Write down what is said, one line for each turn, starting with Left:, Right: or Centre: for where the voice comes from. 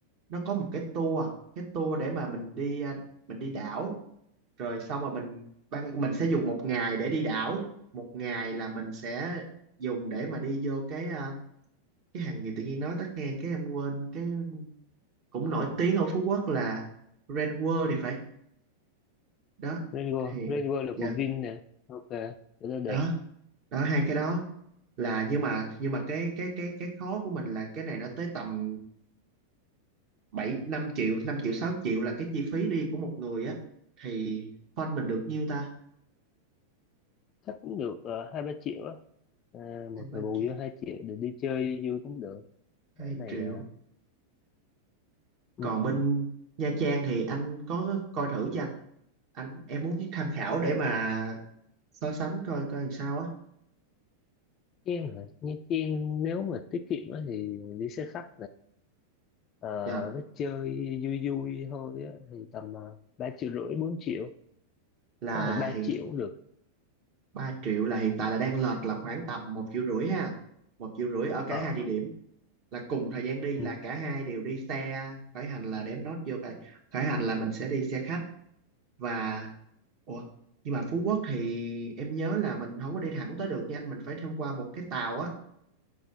Right: nó có một cái tour, cái tour để mà mình đi à, mình đi đảo rồi xong rồi mình ban mình sẽ dùng một ngày để đi đảo một ngày là mình sẽ dùng để mà đi vô cái ờ, cái hàng gì tự nhiên nói tắt ngang cái em quên cái cũng nổi tiếng ở Phú Quốc là Grand World thì phải đó
Left: Rain World
Right: thì
Left: Rain World là
Right: dạ
Left: của Vin nè ok chỗ đó được
Right: đó đó hai cái đó là nhưng mà nhưng mà cái cái cái cái khó của mình là cái này nó tới tầm bảy năm triệu 5 triệu 6 triệu là cái chi phí đi của một người á thì fund mình được nhiêu ta
Left: chắc cũng được ờ, hai ba triệu á Ờ, một
Right: hai
Left: người
Right: ba
Left: bù
Right: triệu
Left: vô hai triệu để đi chơi vui cũng được ở
Right: hai
Left: này
Right: triệu
Left: uh, Nha
Right: còn bên Nha Trang thì anh có coi thử cho anh anh em muốn tham khảo để mà so sánh coi coi làm sao á
Left: Trang hả? Nha Trang nếu mà tiết kiệm á thì đi xe khách Ờ,
Right: dạ
Left: biết chơi vui vui thôi á, thì tầm uh, 3 triệu rưỡi 4 triệu
Right: là
Left: có thể 3
Right: hiện
Left: triệu cũng được
Right: ba triệu là hiện tại là đang lệch là khoảng tầm một triệu rưỡi ha một triệu rưỡi ở cả
Left: ở
Right: hai địa điểm là cùng thời gian đi
Left: ừ.
Right: là cả hai đều đi xe khởi hành là đếm nốt vô coi khởi hành là mình sẽ đi xe khách và ủa nhưng mà Phú Quốc thì em nhớ là mình không có đi thẳng tới được nha anh mình phải thông qua một cái tàu á